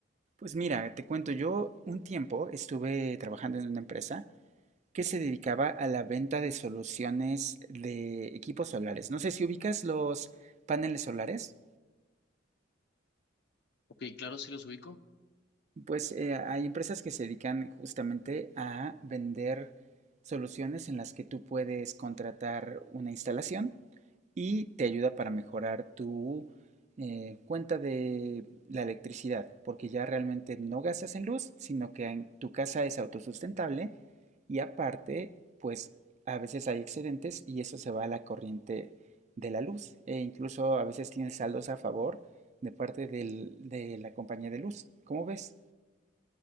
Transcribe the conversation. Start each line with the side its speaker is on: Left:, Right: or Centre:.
Right: Pues mira, te cuento, yo un tiempo estuve trabajando en una empresa que se dedicaba a la venta de soluciones de equipos solares. No sé si ubicas los paneles solares.
Left: Ok, claro, sí los ubico.
Right: Pues eh, hay empresas que se dedican justamente a vender soluciones en las que tú puedes contratar una instalación y te ayuda para mejorar tu eh, cuenta de la electricidad, porque ya realmente no gastas en luz, sino que en tu casa es autosustentable y aparte, pues a veces hay excedentes y eso se va a la corriente de la luz e incluso a veces tienes saldos a favor de parte del- de la compañía de luz. ¿Cómo ves?